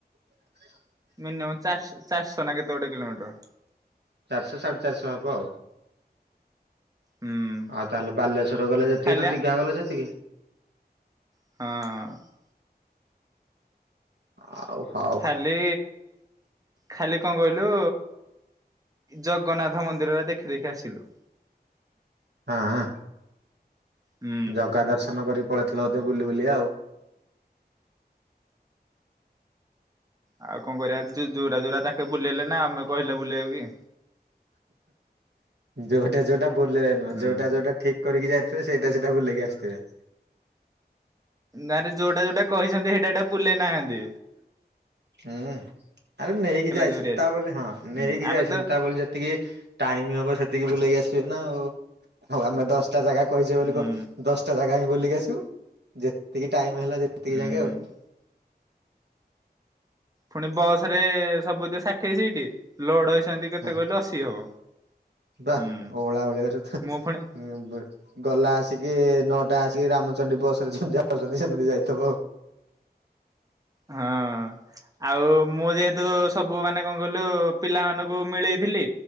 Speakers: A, on the right (about 85°); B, on the right (about 20°).
A: ହ
B: ମିନିମମ୍ ଚାର ଚାରିଶହ ନା କେତେ ଗୋଟେ କିଲୋମିଟର।
A: ଚାରିଶହ ସାଢ଼େ ଚାରିଶହ ହବ।
B: ହୁଁ
A: ଆଉ ତାହେଲେ ବାଲେଶ୍ଵର ଗଲେ ଯେତିକି
B: ଖାଲି
A: ତ ଦିଘା ଗଲ ସେତିକି।
B: ହଁ।
A: ହଉ ହଉ।
B: ଖାଲି ଖାଲି କଣ କହିଲୁ। ଜଗନ୍ନାଥ ମନ୍ଦିରରେ ଦେଖି ଦେଖି ଆସିଲୁ।
A: ହଁ।
B: ହୁଁ
A: ଜଗା ଦର୍ଶନ କରିକି ପଳେଇଥିଲ ବୋଧେ ବୁଲି ବୁଲି ଆଉ।
B: ଆଉ କଣ କରିବା ଯୋୁରା ଯୋୁରା ତାଙ୍କେ ବୁଲେଇଲେ ନା ଆମେ କହିଲେ ବୁଲେଇବା କି?
A: ଯୋଉଟା ଯୋଉଟା ବୁଲରେ ନୁହଁ
B: ହୁଁ।
A: ଯୋଉଟା ଯୋଉଟା ଠିକ। କରିକି ଯାଇଥିବେ ସେଇଟାଇଟା ବୁଲକି ଆସିଥିବେ।
B: ନାରେ ଯୋଉଟା ଯୋଉଟା କହିଛନ୍ତି ସେଇଟା ଏଟା ବୁଲେଇ ନାହାଁନ୍ତି।
A: ହୁଁ ଆରେ ନେଇକି ଯାଇଛନ୍ତି
B: ଜୋରିଆ
A: ତା
B: ଯେ
A: ବୋଲି ହଁ
B: ହୁଁ
A: ନେଇକି
B: ଆମେ
A: ଯାଇଛନ୍ତି
B: ତ
A: ତା ବୋଲି ଯେତେ ଟିକେ ଟାଇମ ହବ ସେତିକି ବୁଲେଇକି ଆସିବେ ନା ଆଉ ହଉ ଆମେ ଦଶ ଟା ଜାଗା କହିଛେ ବୋଲି
B: ହୁଁ
A: କହ ଦଶଟା ଜାଗା ହି ବୁଲିକି ଆସିବୁ ଯେତିକି ଟାଇମ ହେଲା ସେତିକି
B: ହୁଁ।
A: ଜାଙ୍କେ ଆଉ।
B: ପୁଣି ବସ ରେ ସବୁଦ ଷାଠି ହେଇ ସେଇଠି ଲୋଡ ହେଇଛନ୍ତି କେତେ
A: ହଁ
B: କହିଲୁ ଅଶୀ ହବ।
A: ବା
B: ହୁଁ
A: ହଳ ହଳି ହଁ
B: ମୁଁ ପୁଣି
A: ଗଲା ଆସିକି ନଅଟା ଆସିକି ରାମଚଣ୍ଡୀ ବସ ରେ ଯେି ଯାାଉଛନ୍ତି ସେମିତି ଯାଇଥିବ ଆଉ।
B: ହଁ। ଆଉ ମୁଁ ଯେହେତୁ ସବୁ ମାନେ କଣ କହିଲୁ ପିଲା ମାନଙ୍କୁ ମିଳେଇଥିଲି।